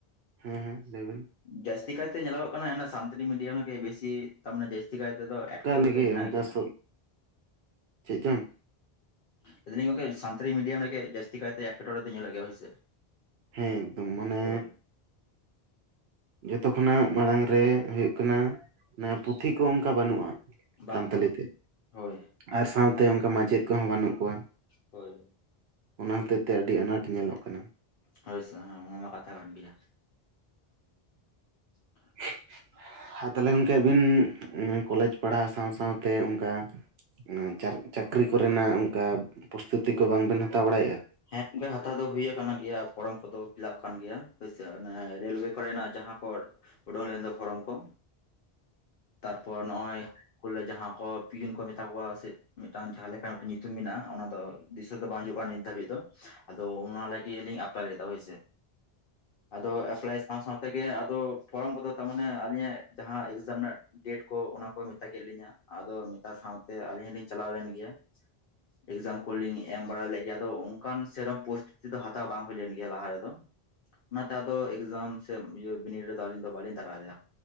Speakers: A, on the right (about 80°); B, on the left (about 60°).
A: ᱦᱮᱸ ᱦᱮᱸ ᱞᱟᱹᱭ ᱵᱮᱱᱼᱼ
B: ᱡᱟᱹᱥᱛᱤ ᱠᱟᱭ ᱛᱮ ᱧᱮᱞᱚᱜᱚᱜ ᱠᱟᱱᱟ <unintelligible> ᱥᱟᱱᱛᱟᱞᱤ ᱢᱤᱰᱤᱭᱟᱢ <unintelligible> ᱵᱮᱥᱤᱼᱼ ᱛᱟᱨ ᱢᱟᱱᱮ ᱡᱟᱹᱥᱛᱤ ᱠᱟᱭ ᱛᱮ ᱫᱚ <unintelligible>
A: ᱚᱱᱠᱟ ᱟᱞᱮᱜᱮ
B: ᱫᱚ ᱢᱮᱱᱟᱜ
A: ᱚᱱᱠᱟ
B: ᱜᱮᱭᱟ᱾
A: ᱥᱚᱵ ᱪᱮᱫ ᱪᱚᱝ
B: ᱞᱟᱹᱭ ᱫᱟᱹᱞᱤᱧ ᱜᱚᱝᱠᱮ ᱥᱟᱱᱛᱟᱞᱤ ᱢᱤᱰᱤᱭᱟᱢ ᱨᱮ ᱜᱮ ᱡᱟᱹᱥᱛᱤ ᱠᱟᱭ ᱛᱮ ᱮᱴᱠᱮᱴᱚᱬᱮ ᱫᱚ ᱧᱮᱞᱚᱜ ᱜᱮᱭᱟ ᱦᱳᱭ ᱥᱮ᱾
A: ᱦᱮᱸ ᱮᱠᱫᱚᱢ ᱢᱟᱱᱮᱼᱼ
B: ᱦᱳᱭ
A: ᱡᱚᱛᱚ ᱠᱷᱚᱱᱟᱜ ᱢᱟᱲᱟᱝ ᱨᱮ ᱦᱩᱭᱩᱜ ᱠᱟᱱᱟ ᱚᱱᱟ ᱯᱩᱛᱷᱤ ᱠᱚ ᱚᱱᱠᱟ ᱵᱟᱹᱱᱩᱜᱼᱟ
B: ᱵᱟᱝ
A: ᱥᱟᱱᱛᱟᱞᱤ
B: ᱵᱟᱝ
A: ᱛᱮ
B: ᱦᱳᱭ
A: ᱟᱨ ᱥᱟᱶ ᱛᱮ ᱚᱱᱠᱟ ᱢᱟᱪᱮᱫ ᱠᱚ ᱦᱚᱸ ᱵᱟᱹᱱᱩᱜ ᱠᱚᱣᱟ᱾
B: ᱦᱳᱭ
A: ᱚᱱᱟ ᱦᱚᱛᱮᱛ ᱛᱮ ᱟᱹᱰᱤ ᱟᱱᱟᱴ ᱧᱮᱞᱚᱜ ᱠᱟᱱᱟ᱾
B: ᱦᱳᱭ ᱥᱮ ᱦᱮᱸ ᱚᱱᱟ ᱢᱟ ᱠᱟᱛᱷᱟ ᱠᱟᱱ ᱜᱮᱭᱟ <unintelligible>
A: <unintelligible> ᱛᱟᱦᱞᱮ ᱜᱚᱢᱠᱮ ᱟᱹᱵᱤᱱ ᱠᱚᱞᱮᱡᱽ ᱯᱟᱲᱦᱟᱣ ᱥᱟᱶ ᱥᱟᱶ ᱛᱮ ᱚᱱᱠᱟᱼᱼ ᱩ ᱪᱟᱠ ᱪᱟᱠᱨᱤ ᱠᱚᱨᱮᱱᱟᱜ ᱚᱝᱠᱟ ᱯᱚᱥᱛᱩᱛᱤ ᱠᱚ ᱵᱟᱝᱵᱮᱱ ᱦᱟᱛᱟᱣ ᱵᱟᱲᱟᱭᱮᱫ-ᱟ?
B: ᱦᱮᱸ ᱜᱮ ᱦᱟᱛᱟᱣ ᱫᱚ ᱦᱩᱭ ᱟᱠᱟᱱᱟ ᱜᱮᱭᱟ ᱯᱷᱚᱨᱚᱢ ᱠᱚᱫᱚ ᱯᱷᱤᱞᱟᱯ ᱠᱟᱱ ᱜᱮᱭᱟ ᱦᱳᱭᱥᱮ ᱚᱱᱮ ᱨᱮᱞᱳᱣᱮ ᱠᱚᱨᱮᱱᱟᱜ ᱡᱟᱦᱟᱸ ᱠᱚ ᱳᱰᱳᱝ ᱞᱮᱱ ᱫᱚ ᱯᱷᱚᱨᱚᱢ ᱠᱚ ᱛᱟᱨᱯᱚᱨ ᱱᱚᱜ-ᱭ ᱠᱷᱩᱞ ᱨᱮ ᱡᱟᱦᱟᱸ ᱠᱚ ᱯᱤᱭᱤᱱ ᱠᱚ ᱢᱮᱛᱟ ᱠᱚᱣᱟ ᱥᱮ ᱢᱤᱫᱴᱟᱱ ᱡᱟᱦᱟᱸ ᱞᱮᱠᱟ ᱢᱤᱫᱟᱝ ᱧᱩᱛᱩᱢ ᱢᱮᱱᱟᱜ-ᱟ ᱚᱱᱟ ᱫᱚ ᱫᱤᱥᱟᱹ ᱫᱚ ᱵᱟᱝ ᱦᱤᱡᱩᱜ ᱠᱟᱱᱟ ᱱᱤᱛ ᱫᱷᱟᱹᱵᱤᱡ ᱫᱚ ᱟᱫᱚ ᱚᱱᱟ ᱞᱟᱹᱜᱤᱫ ᱞᱤᱧ ᱮᱯᱞᱟᱭ ᱞᱮᱫᱟ ᱦᱳᱭᱥᱮ᱾ ᱟᱫᱚ ᱮᱯᱞᱟᱭ ᱥᱟᱶ ᱥᱟᱶ ᱛᱮᱜᱮ ᱟᱫᱚ ᱯᱷᱚᱨᱚᱢ ᱠᱚᱫᱚ ᱛᱟᱨᱢᱟᱱᱮ ᱟᱞᱤᱧᱟᱜ ᱡᱟᱦᱟᱸ ᱮᱠᱡᱟᱢ ᱨᱮᱱᱟᱜ ᱰᱮᱴ ᱠᱚ ᱚᱱᱟ ᱠᱚ ᱢᱮᱛᱟ ᱠᱮᱫ ᱞᱤᱧᱟ ᱟᱫᱚ ᱢᱮᱛᱟ ᱥᱟᱶᱛᱮ ᱟᱞᱤᱧ ᱦᱚᱞᱤᱧ ᱪᱟᱞᱟᱣ ᱞᱮᱱ ᱜᱮᱭᱟ, ᱮᱠᱡᱟᱢ ᱠᱚᱞᱤᱧ ᱮᱢ ᱵᱟᱲᱟ ᱞᱮᱫ ᱜᱮᱭᱟ ᱟᱫᱚ ᱚᱱᱠᱟᱱ ᱥᱮᱨᱚᱢ ᱯᱨᱚᱥᱛᱩᱛᱤ ᱫᱚ ᱦᱟᱛᱟᱣ ᱵᱟᱝ ᱦᱩᱭ ᱞᱮᱱ ᱜᱮᱭᱟ ᱞᱟᱦᱟ ᱨᱮᱫᱚ᱾ ᱚᱱᱟ ᱛᱮ ᱟᱫᱚ ᱮᱠᱡᱟᱢ ᱥᱮ ᱵᱤᱱᱤᱰ ᱨᱮᱫᱚ ᱧᱞᱤᱧ ᱫᱚ ᱵᱟᱞᱤᱧ ᱫᱟᱨᱟᱮᱭᱟ